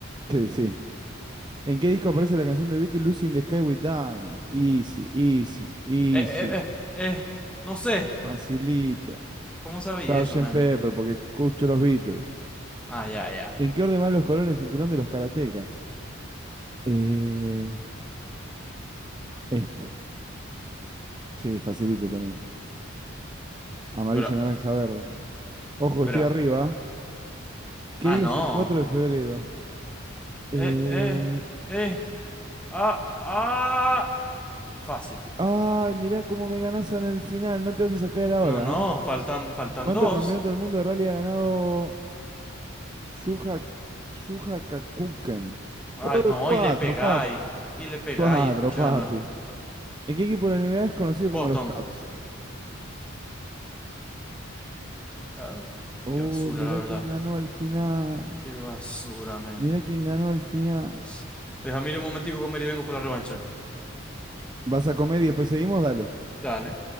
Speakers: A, on the right; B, in the centre.
A: Sí, sí. ¿En qué disco aparece la canción de Beatles Lucy in the Sky with Diamonds? Easy, easy, easy.
B: Eh, eh, eh, eh, eh, no sé.
A: Facilito.
B: ¿Cómo sabéis
A: Sergeant
B: eso, man?
A: Pepper, porque escucho los Beatles.
B: Ah, ya, ya.
A: ¿En qué orden van los colores del cinturón de los karatecas? Eh, este. Sí, facilito también. Amarillo,
B: Bro,
A: naranja, verde. Ojo,
B: bro.
A: estoy arriba. ¿Qué
B: Ah,
A: día
B: no.
A: es el 4 de febrero?
B: Eh,
A: Eh...
B: eh, eh. Ah, ah, fácil.
A: Ay, mirá cómo me ganás en el final. No te vayas a caer ahora,
B: No, no,
A: ¿eh?
B: faltan, faltan
A: ¿Cuántos
B: dos.
A: campeonatos del mundo de rally ha ganado Shuha, Shuha Kakuken.
B: Ay,
A: Oh,
B: no,
A: cuatro,
B: y le pegáis,
A: papi.
B: y le pegáis,
A: Cuatro,
B: escucharlo.
A: papi. ¿En qué equipo de la NBA es conocido como
B: Botón.
A: los Caps?
B: Ah,
A: Oh,
B: qué basura,
A: mirá
B: la verdad.
A: quién ganó al final.
B: Qué basura, men.
A: Mirá quién ganó al final.
B: Pues, déjame ir un momentico a comer y vengo por la revancha.
A: ¿Vas a comer y después seguimos? Dale.
B: Dale.